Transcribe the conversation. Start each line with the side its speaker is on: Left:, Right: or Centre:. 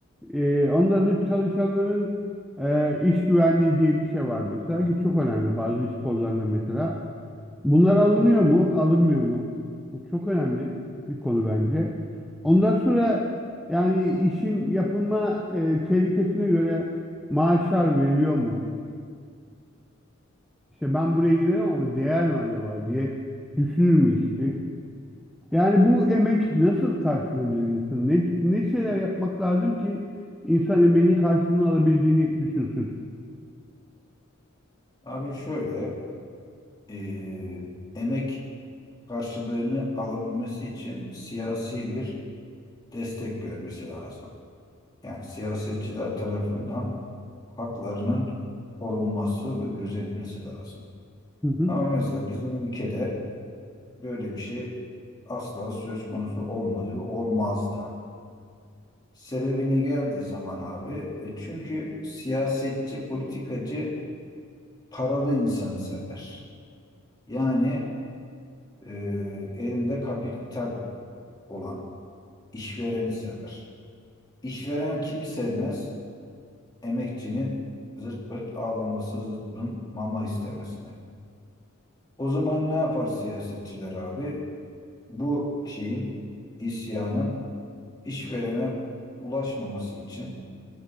Centre: E, ondan sonra çalışanların e, iş güvenliği diye bir şey var mesela ki çok önemli bazı iş kollarında mesela. Bunlar alınıyor mu? Alınmıyor mu? Bu çok önemli bir konu bence. Ondan sonra yani işin yapılma e, tehlikesine göre maaşlar veriliyor mu? İşte ben buraya girerim ama değer mi acaba diye düşünür mü işçi? Yani bu emek nasıl karşılanabilir insan? Ne, ne şeyler yapmak lazım ki insan emeğinin karşılığını alabildiğini düşünsün?
Left: Abi şöyle, eee, emek karşılığını alabilmesi için siyasi bir destek görmesi lazım. Yani siyasetçiler tarafından haklarının korunması ve gözetmesi lazım.
Centre: Hı hı.
Left: Ama mesela bizim ülkede böyle bir şey asla söz konusu olmadı ve olmaz da. Sebebini geldiği zaman abi, e, çünkü siyasetçi, politikacı paralı insanı sever. Yani e, elinde kapital olan işvereni sever. İşveren kimi sevmez? Emekçinin zırt pırt ağlaması, zırt pırt mama istemesini. O zaman ne yapar siyasetçiler abi? Bu şeyin, isyanın işverene ulaşmaması için